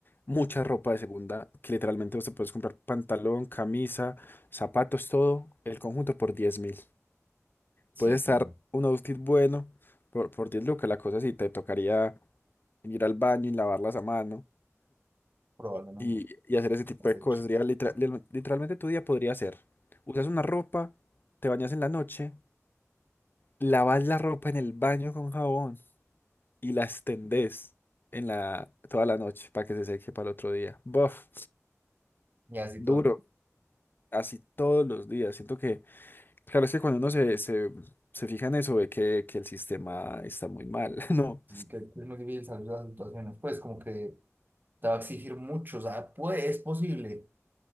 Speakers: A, on the left; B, on the right.
A: mucha ropa de segunda, que literalmente vos te puedes comprar pantalón, camisa, zapatos, todo, el conjunto por diez mil.
B: Sí,
A: Puede estar
B: sí,
A: un outfit bueno por, por 10 lucas, la cosa sí te tocaría ir al baño y lavarlas a mano
B: probablemente
A: y, y hacer ese tipo
B: lo has
A: de
B: hecho.
A: cosas. Sería literal- literalmente tu día podría ser, usas una ropa, te bañas en la noche. Lavas la ropa en el baño con jabón y la extendés en la, toda la noche para que se seque para el otro día. Buf,
B: Y así
A: duro,
B: todo lo
A: así todos los días. Siento que, claro, es que cuando uno se, se, se fija en eso, ve que, que el sistema está muy mal, <laughs> ¿no?
B: Así que es muy difícil salir de las situaciones, pues como que te va a exigir mucho, o sea, puede, es posible